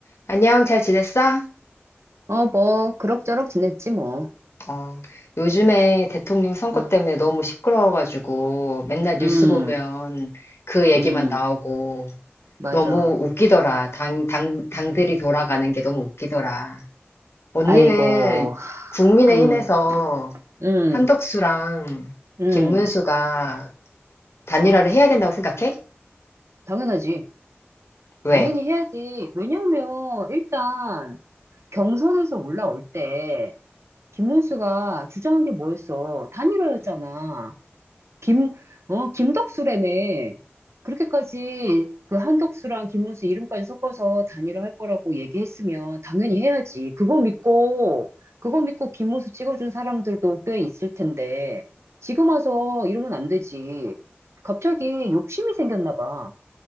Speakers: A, on the left; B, on the right.
A: 안녕, 잘 지냈어?
B: 어, 뭐, 그럭저럭 지냈지, 뭐.
A: 어, 요즘에 대통령 선거
B: 응,
A: 때문에 너무 시끄러워가지고 맨날 뉴스
B: 응,
A: 보면 그 얘기만
B: 응,
A: 나오고
B: 맞아.
A: 너무 웃기더라. 당, 당, 당들이 돌아가는 게 너무 웃기더라. 언니는
B: 아이고,
A: 국민의힘에서
B: 응, 응,
A: 한덕수랑
B: 응,
A: 김문수가 단일화를 해야 된다고 생각해?
B: 당연하지.
A: 왜?
B: 당연히 해야지. 왜냐면, 일단, 경선에서 올라올 때, 김문수가 주장한 게 뭐였어? 단일화였잖아. 김, 어, 김덕수라며. 그렇게까지 그 한덕수랑 김문수 이름까지 섞어서 단일화 할 거라고 얘기했으면 당연히 해야지. 그거 믿고, 그거 믿고 김문수 찍어준 사람들도 꽤 있을 텐데, 지금 와서 이러면 안 되지. 갑자기 욕심이 생겼나 봐.